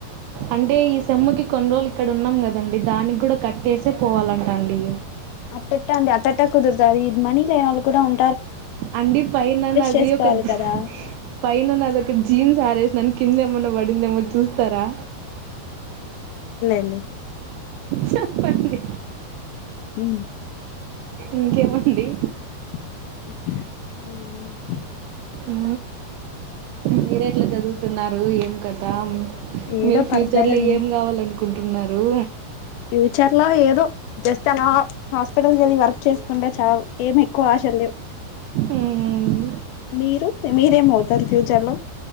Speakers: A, on the right; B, on the left.
A: అంటే ఈ సెమ్ముకి కొన్ని రోజులు ఇక్కడ ఉన్నాం కద అండి దానికి గూడా కట్టేసే పోవాలంటా అండి.
B: అట్టెట్ట అండి అట్టెట్టా కుదురుతాది ఇది మనీ లే నొళ్ళు కూడా ఉం
A: అండి పైననాది
B: చేసుకోవాలి
A: ఒక జీ
B: కదా
A: పైన నాది ఒక జీన్స్ ఆరే సినన్ కింద ఏమన్న పడిందేమో చూస్తారా
B: లె
A: చెప్పండి
B: హ
A: ఇంకేమండి
B: అ
A: ఉ మీర ఎట్లా జదువుతున్నారు ఏం కతామ్
B: ఏదో
A: మీరు
B: పర్లేదండి
A: ఫ్యూచర్లో ఏం గావాలనుకుంటున్నారు
B: ఫ్యూచర్ లో ఏదో జస్ట్ అలా హాస్పిటల్ కెళ్ళి వర్క్ చేసుకుంటే చాలు ఏమి ఎక్కువ ఆశల్ లేవు
A: మ్మ్.
B: మీరు మీరేమవుతారు ఫ్యూచర్ లో